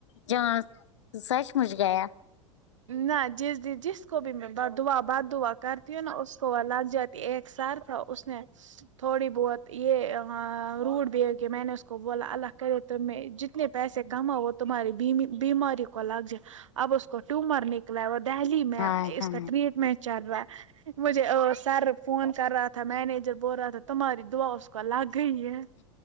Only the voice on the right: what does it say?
نہ جس جس کو بھی میں دعا بد دعا کرتی ہوں نا اس کو وہ لگ جاتی ایک سر ہا اس اس نے تھوڑی بہت یہ ہےروڈ بیہیو کی میں نے اس کو بولا اللہ کرے تم جت اتنے پیسے کما وہ تمہاری بیماری کو لگ جائے اب اس کو ٹومر نکلا ہے وہ دہلی میں
اس
کا ٹریٹ میچ چل رہا ہے مجھے سر فون کر رہا تھا مینیجر بول رہا تھا تمہاری دعا اس کا الگ ہی ہے